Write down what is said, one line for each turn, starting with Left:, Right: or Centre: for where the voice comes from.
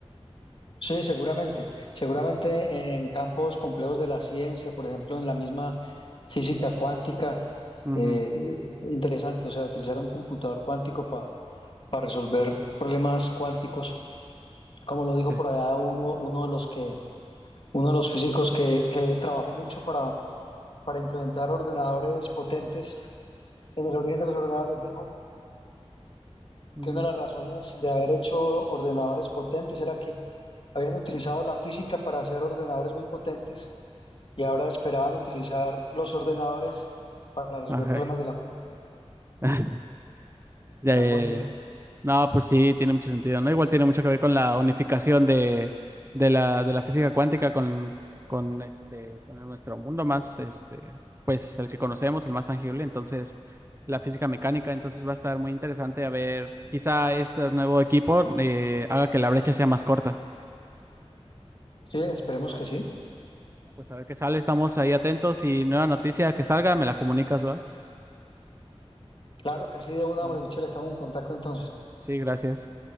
Left: Sí, seguramente. Seguramente
Right: Ujú,
Left: en campos complejos de la ciencia, por ejemplo, en la misma física cuántica,
Right: ujú,
Left: eh, interesante, o sea, utilizar un computador cuántico para resolver problemas cuánticos, como lo dijo
Right: Sí.
Left: por allá uno, uno de los que, uno de los físicos que, que trabajó mucho para, para implementar ordenadores potentes en el origen de los ordenadores, dijo
Right: Ujú.
Left: que una de las razones de haber hecho ordenadores potentes era que habían utilizado la física para hacer ordenadores muy potentes y ahora esperaban utilizar los ordenadores para resolver
Right: Ajá.
Left: problemas de la finca,
Right: <laughs> Ya,
Left: algo
Right: ya, ya.
Left: así.
Right: ya. No, pues sí, tiene mucho sentido, ¿no? Igual tiene mucho que ver con la unificación de, de la, de la física cuántica con, con este, con nuestro mundo más, este, pues el que conocemos, el más tangible, entonces la física mecánica, entonces va a estar muy interesante a ver, quizá este nuevo equipo eh, haga que la brecha sea más corta.
Left: Sí, esperemos que sí.
Right: Pues a ver qué sale, estamos ahí atentos y nueva noticia que salga, me la comunicas, ¿va?
Left: Claro que sí, de una,
Right: Ah,
Left: hombre, Michelle, estamos en contacto entonces.
Right: Sí, gracias.